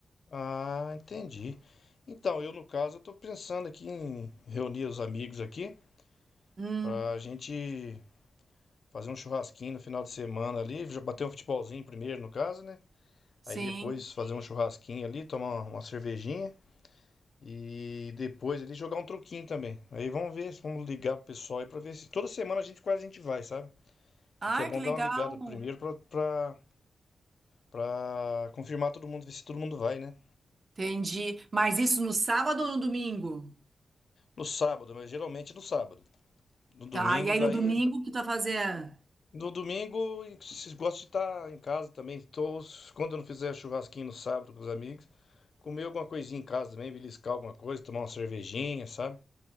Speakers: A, on the left; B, on the right.
A: Ah, entendi. Então, eu no caso, eu tô pensando aqui em reunir os amigos aqui
B: Hum,
A: pra gente fazer um churrasquinho no final de semana ali, já bater um futebolzinho primeiro no caso, né?
B: sim.
A: Aí depois fazer um churrasquinho ali, tomar uma cervejinha e depois ali jogar um truquinho também. Aí vamos ver, vamos ligar pro pessoal aí pra ver se toda semana a gente quase a gente vai, sabe?
B: Ai,
A: Só que é bom
B: que legal.
A: dar uma ligada primeiro pra, pra Pra confirmar todo mundo, ver se todo mundo vai, né?
B: Entendi. Mas isso no sábado ou no domingo?
A: No sábado, mas geralmente no sábado. No domingo,
B: Tá, e aí
A: daí.
B: no domingo o que tu vai fazer?
A: No domingo, e se- gosto de estar em casa também. Tô, quando eu não fizer churrasquinho no sábado com os amigos, comer alguma coisinha em casa também, beliscar alguma coisa, tomar uma cervejinha, sabe?